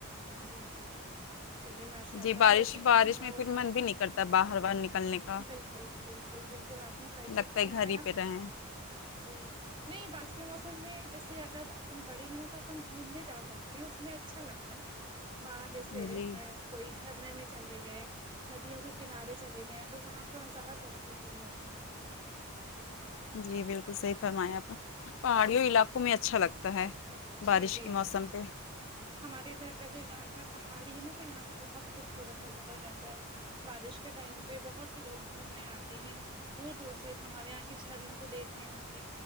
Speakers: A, on the right; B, on the left.
A: جی جی جی چلیے ماشاء اللہ
B: جی بارش
A: ہوگی تو
B: بارش
A: ٹھنڈا
B: میں
A: ہو
B: پھر
A: جائے
B: من بھی
A: گا
B: نہیں کرتا باہر باہر نکلنے کا
A: بالکل بالکل بالکل آپ نے صحیح
B: لگتا
A: فرمایا
B: ہے گھر ہی پہ رہیں
A: جی نہیں بارش کے موسم میں جیسے اگر اپن بڑے ہیں نا تو اپن گھومنے جا سکتے ہیں اس میں اچھا لگ باہر جیسے
B: جی
A: کوئی جھرنے میں چلے گئے ندیوں کے کنارے چلے گئے ہیں تو وہاں کا نظارہ بہت حسین ہوتا ہے
B: جی بالکل صحیح فرمایں آپ نے پہاڑیوں علاقوں میں اچھا لگتا ہے بارش
A: جی جی
B: کے موسم
A: جی
B: پ
A: ہمارے ادھر کا جو علاقہ پہاڑی ہے نا تو یہاں پہ بہت خوبصورت نظارہ رہتا ہے بارش کے ٹائم پہ بہت سے لوگ گھومنے آتے ہیں دور دور سے ہمارے یہاں کے جھرنوں کو دیکھنے آئے